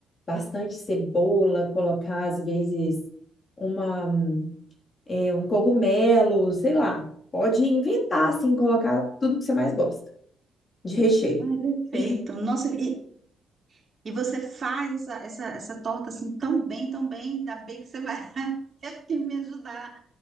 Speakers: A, on the left (about 40°); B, on the right (about 35°).
A: bastante cebola, colocar às vezes uma, é, um cogumelo, sei lá. Pode inventar, assim, colocar tudo que você mais gosta de recheio.
B: Ai, perfeito.
A: E,
B: Nossa, e, e você faz essa, essa, essa torta assim tão bem, tão bem, ainda bem que você vai <laughs> ter que me ajudar